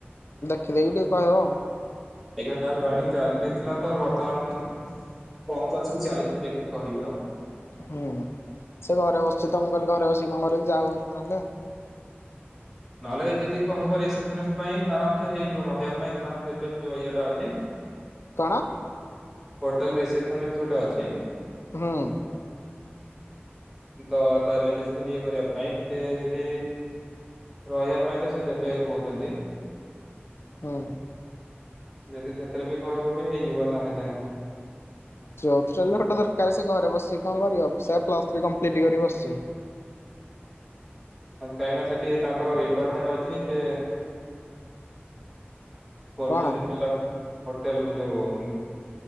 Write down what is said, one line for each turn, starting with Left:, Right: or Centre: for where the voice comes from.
Left: ଠିକ୍ ଅଛି ଟିକେ କହିବ ଆଉ।
Centre: ଏ ଯାଏଁ ଯାହା ଜଏନିଂ ଚାଲିଥିଲା ତ ବର୍ତ୍ତମାନ ବନ୍ଦ ଅଛି ଚାଲିଛି ମୁଁ ଦେଖିକି କହିବି ଆଉ।
Left: ହୁଁ ସେ ଘରେ ବସିଛି ତ ମୁଁ କହିଲି ଘରେ ବସିିକି କଣ କରିବ ଯାଉ ନହେଲେ।
Centre: ନହେଲେ ଯଦି କହିବ ରିସେପସନିଷ୍ଟ ପାଇଁ ଆରାମ ସେ ହେଇଯିବ ରହିବା ପାଇଁ ତାଙ୍କ ଦେବେ ଯୋଉ ଇଏଟା ଅଛି।
Left: କଣ?
Centre: ହୋଟେଲ <unintelligible> ଗୋଟେ ଅଛି।
Left: ହଁ।
Centre: ତ ତା ରେଜିଷ୍ଟ୍ରେସନ ଇଏ କରିବା ପାଇଁ ସେ ଯଦି ରହିବା ପାଇଁ ତ ସେ ଦେବେ କହୁଚନ୍ତି।
Left: ହୁଁ।
Centre: ଯଦି ସେଥିରେ ବି କହିବ ବି ହେଇଯିବ ସାଙ୍ଗେ ସାଙ୍ଗେ।
Left: ଜବଚାଲିଲେ ଗୋଟେ ଦରକାର ସେ ଘରେ ବସିକି କଣ କରିବ ସେ ପ୍ଲସ ଥ୍ରୀ କମ୍ପଲିଟ କରି ବସିଚି।
Centre: କାହିଁ ନା ସେଠି ତାଙ୍କର ରିକ୍ୱାରମେଣ୍ଟ ଅଛି ସେ ଖୋଜୁଚନ୍ତି
Left: କଣ
Centre: ପିଲା ହୋଟେଲ ର ଯୋଉ